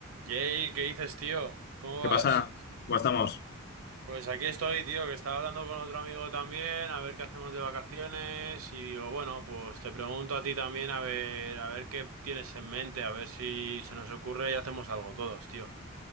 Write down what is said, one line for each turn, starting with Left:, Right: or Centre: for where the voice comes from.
Right: Jay, ¿qué dices, tío? ¿Cómo
Left: ¿Qué
Right: vas?
Left: pasa? ¿Cómo estamos?
Right: Pues aquí estoy, tío, que estaba hablando con otro amigo también, a ver qué hacemos de vacaciones y digo, bueno, pues te pregunto a ti también, a ver, a ver qué tienes en mente, a ver si se nos ocurre y hacemos algo todos, tío.